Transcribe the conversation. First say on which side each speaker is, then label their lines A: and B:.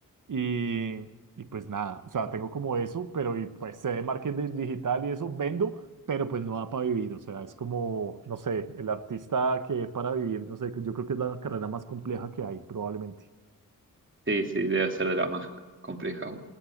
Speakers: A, on the right; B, on the right.
A: y, y pues nada, o sea, tengo como eso, pero y, pues sé de marketing digital y eso, vendo, pero pues no da para vivir, o sea, es como, no sé, el artista que para vivir, no sé, yo creo que es la carrera más compleja que hay, probablemente.
B: Sí, sí, debe ser de las más complejas.